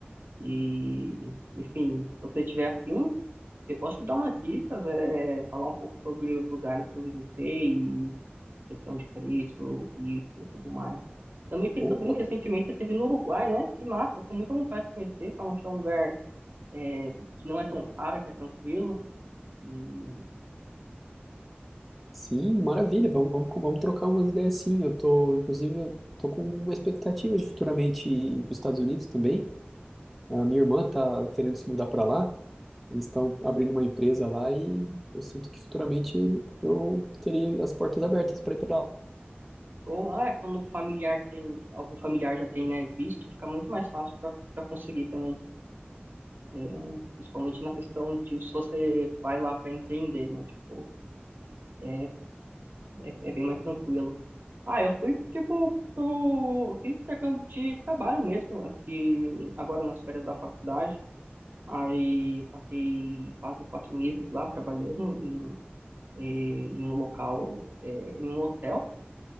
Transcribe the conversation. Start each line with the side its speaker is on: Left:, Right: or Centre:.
Right: E, enfim, se você tiver afim, eu posso te dar umas dicas, é, falar um pouco sobre os lugares que eu visitei, e questão de preço, visto e tudo mais. Também fiquei
Centre: Opa,
Right: sabendo que recentemente você esteve no Uruguai, né? Que massa, eu tenho muita vontade de conhecer, falam que é um lugar é, que não é tão caro, que é tranquilo. E,
Centre: sim, maravilha. Vamos, vamos, vamos trocar umas ideias sim. Eu tô, inclusive, eu tô com uma expectativa de futuramente ir para os Estados Unidos também. A minha irmã tá querendo se mudar para lá. Eles estão abrindo uma empresa lá e eu sinto que futuramente eu teria as portas abertas para ir para lá,
Right: ou ah, é, quando o familiar tem, algum familiar já tem, né, visto, fica muito mais fácil para conseguir também. É, principalmente na questão de se você vai lá para empreender, né? Tipo, é, é, é bem mais tranquilo. Ah, eu fui, tipo, pro, fiz intercâmbio de trabalho mesmo, aqui agora nas férias da faculdade. Aí eu passei quase quatro meses lá trabalhando em, eh, em um local, eh, em um hotel